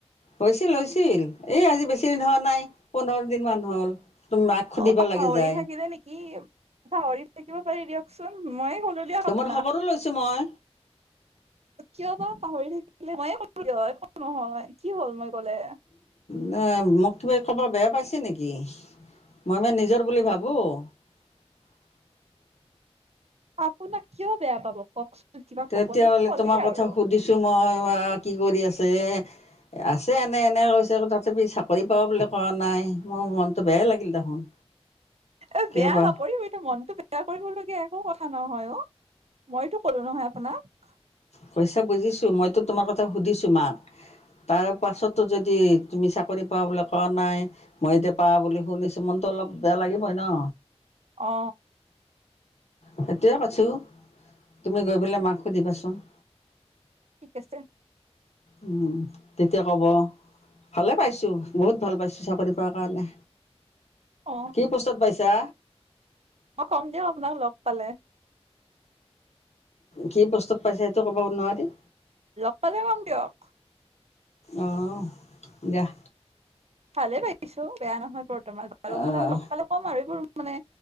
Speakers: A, on the left; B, on the right.
A: হৈছিল হৈছিল এই আজি বেছি দিন হোৱা নাই পোন্ধৰ দিন মান হ'ল তুমি মাক সুধিব
B: অ পাহৰি
A: লাগে যায়
B: থাকিলে নেকি পাহৰিত থাকিব পাৰি দিয়ক চোন ময়ে কলো দিয়ক
A: তোমাৰ
B: আপোনাক
A: খবৰো লৈছো মই
B: কিয় বা পাহৰি থাকিলে ময়ে কলো দিয় একো নহয় কি হ'ল মই গলে
A: নে মোক কিবা কব বেয়া পাইছে নেকি মই মে নিজৰ বুলি ভাব <unintelligible>
B: আপোনাক কিয় বেয়া পাব কওকচোন কিবা কবলে
A: তেতিয়া হ'লে
B: ক'লে
A: তোমাৰ কথা
B: আৰু
A: সুধিছো মই <unintelligible> কি কৰি আছে? আছে এনে এনে কৈছে তথাপি চাকৰি পা বুলি কোৱা নাই, মোৰ মনটো বেয়াই লাগিল দেখোন।
B: এ
A: কিয়
B: বেয়া
A: বা
B: নকৰিবি এইটো মনটো বেয়া কৰিবলগীয়া একো কথ থা নহয় অ মইতো কলো নহয় আপোনাক।
A: কৈছা বুজিছো মইতো তোমাৰ কথা সুধিছো মাক তাৰ পাছতো যদি তুমি চাকৰি পোৱা বুলি কোৱা নাই মই এতিয়া পা বুলি শুনিছো মনটো অলপ বেয়া লাগিবই ন।
B: অ।
A: সেইটোৱে কৈছো তুমি গৈ পেলাই মাক সুধিবাচোন।
B: ঠিক আছে।
A: উ তেতিয়া কব ভালে পাইছো বহুত ভাল পাইছো চাকৰি পোৱা কাৰণে।
B: অ
A: কি পোস্তত পাইছা?
B: মই কম দিমক আপোনাক লগ পালে।
A: কি পৌস্তত পাইছা সেইটো ক'ব নোৱাৰি?
B: লগ পালে কম দিয়ক।
A: অ দিয়াহ।
B: ভালে পাইছো। বেয়া নহয় বৰ্তমান বাৰু
A: অঁ
B: মানে লগ পালে ক'ম আৰু এইবোৰ মানে